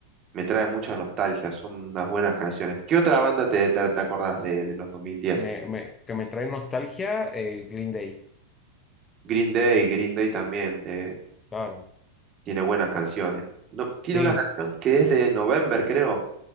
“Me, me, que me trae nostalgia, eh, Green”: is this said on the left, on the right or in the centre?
Left